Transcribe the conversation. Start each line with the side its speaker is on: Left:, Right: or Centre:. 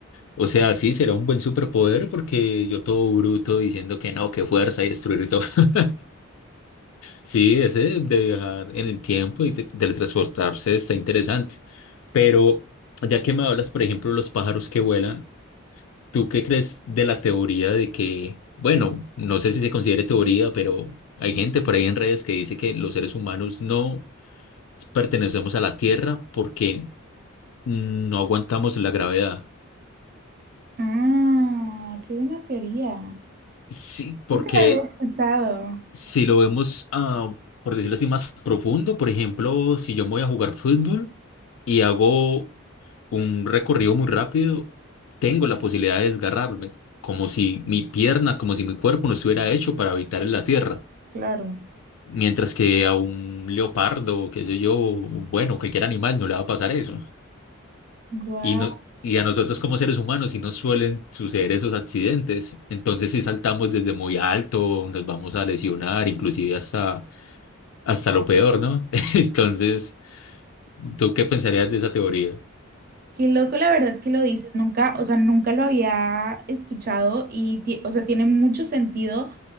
Left: O sea, sí, será un buen superpoder porque yo todo bruto diciendo que no, que fuerza y destruir y todo. <laughs> Sí, ese de viajar en el tiempo y te- teletransportarse está interesante. Pero ya que me hablas, por ejemplo, de los pájaros que vuelan, ¿tú qué crees de la teoría de que, bueno, no sé si se considere teoría, pero hay gente por ahí en redes que dice que los seres humanos no pertenecemos a la Tierra porque no aguantamos la gravedad?
Right: Ah, qué buena teoría.
Left: Sí, porque
Right: Nunca la había escuchado.
Left: Si lo vemos, ah, por decirlo así, más profundo, por ejemplo, si yo me voy a jugar fútbol y hago un recorrido muy rápido, tengo la posibilidad de desgarrarme, como si mi pierna, como si mi cuerpo no estuviera hecho para habitar en la tierra.
Right: Claro.
Left: Mientras que a un leopardo, qué sé yo, bueno, cualquier animal no le va a pasar eso.
Right: Guau.
Left: Y, no, y a nosotros como seres humanos sí nos suelen suceder esos accidentes. Entonces si saltamos desde muy alto, nos vamos a lesionar, inclusive hasta hasta lo peor, ¿no? <laughs> Entonces, ¿tú qué pensarías de esa teoría?
Right: Qué loco, la verdad que lo dices, nunca, o sea, nunca lo había escuchado y, ti- o sea, tiene mucho sentido